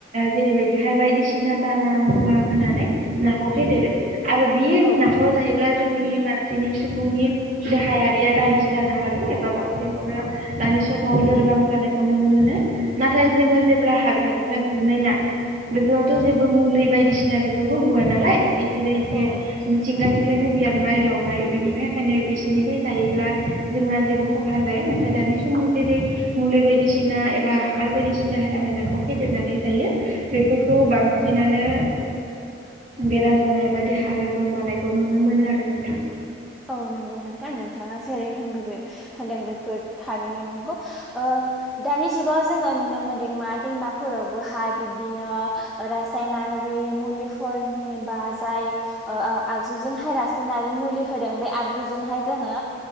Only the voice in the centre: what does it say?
औ
औ
औ नंगौ नोंथां नोंथाङा जेरै होनगौ बे होनदों बेफोर थारैनो नंगौ ओ दानि जुगाव जोङो नुनो मोनदों मा दैमा फोरावबोहाय बिब्दिनो रासायनारि मुलिफोरनि बा जाय आगजुजों हायरास ना आरो मुलि होदों बे आगजुजोंहाय जोङो